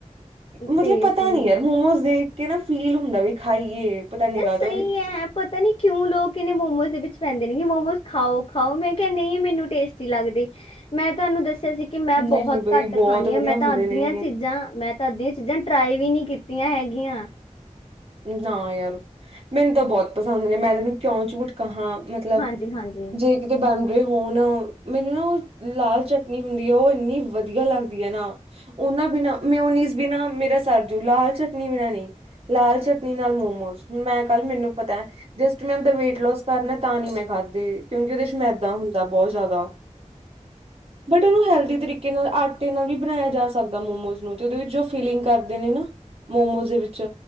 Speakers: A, on the right; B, on the left.
A: ਮਤਲਬ
B: ਤੇ
A: ਪਤਾ
B: ਸਹੀ
A: ਨੀ ਯਾਰ
B: ਹੈ
A: ਮੋਮੋਸ ਦੇਖ ਕੇ ਨਾ ਫੀਲ ਹੁੰਦਾ ਵੀ ਖਾਈਏ ਪਤਾ ਨੀ
B: ਇਹ
A: ਕਾਤੋ
B: ਸਹੀ ਹੈ ਪਤਾ ਨੀ ਕਿਉਂ ਲੋਕ ਇਹਨੇ ਮੋਮੋਜ਼ ਦੇ ਵਿੱਚ ਪੈਂਦੇ ਨੇ ਕਿ ਮੋਮੋਸ ਖਾਓ-ਖਾਓ, ਮੈਂ ਕੇਹਾ ਨਈ ਮੈਨੂੰ ਟੇਸਟੀ ਲਾਗਦੇ। ਮੈਂ ਤੁਹਾਨੂੰ ਦੱਸਿਆ ਸੀ ਕਿ ਮੈਂ
A: ਨਹੀਂ
B: ਬੋਹਤ
A: ਬਈ
B: ਕਟ
A: ਬਹੁਤ
B: ਖਾਂਣੀ
A: ਵਧੀਆ
B: ਆ। ਮੈਂ
A: ਹੁੰਦੇ
B: ਤਾਂ ਅੱਧੀਆਂ
A: ਨੇ
B: ਚੀਜ਼ਾਂ ਮੈਂ ਅਦੀਆਂ ਚੀਜ਼ਾਂ ਟਰਾਈ ਵੀ ਨਹੀ ਕੀਤੀਆਂ ਹੈਗੀਆਂ।
A: ਨਾ ਯਾਰ ਮੈਨੂੰ ਤਾਂ ਬੋਤ ਪਸੰਦ ਨੇ, ਮੈਂ ਤੈਨੂੰ ਕਿਉਂ ਝੂਠ ਕਹਾਂ ਮਤਲਬ
B: ਹਾਂਜੀ ਹਾਂਜੀ
A: ਜੇ ਕਿਤੇ ਬਨ ਰਹੇ ਹੋਣ ਮੈਨੂੰ ਨਾ ਉਹ ਲਾਲ ਚਟਨੀ ਹੁੰਦੀ ਉਹ ਏਨੀ ਵਧੀਆ ਲੱਗਦੀ ਹੈ ਨਾ ਉਹਨਾਂ ਬਿਨਾਂ ਮਯੋਨਿਸ ਬਿਨਾਂ ਮੇਰਾ ਸਰਜੂ ਲਾਲ ਚਟਨੀ ਬਿਨਾਂ ਨਈ, ਲਾਲ ਚਟਨੀ ਨਾਲ ਮੋਮੋਸ ਮੈਂ ਕਲ ਮੈਨੂੰ ਪਤਾ ਜਸਟ ਮੈਂ ਅਪਨਾ ਵੇਟ ਲੋਸ ਕਰਨਾ ਤਾਂ ਨੀ ਮੈਂ ਖਾਧ ਦੇ ਕਿਉਂਕਿ ਉਹਦੇ ਚ ਮੈਦਾ ਹੁੰਦਾ ਬਹੁਤ ਜਿਆਦਾ, ਬਟ ਉਹਨੂੰ ਹੈਲਦੀ ਤਰੀਕੇ ਨਾਲ ਆਟੇ ਨਾਲ ਵੀ ਬਣਾਇਆ ਜਾ ਸਕਦਾ ਮੋਮੋਜ਼ ਨੂੰ ਤੇ ਉਹ ਉਹਦੇ ਵਿੱਚ ਜੋ ਫੀਲਿੰਗ ਕਰਦੇ ਨੇ ਨਾ ਮੋਮੋਸ ਦੇ ਵਿੱਚ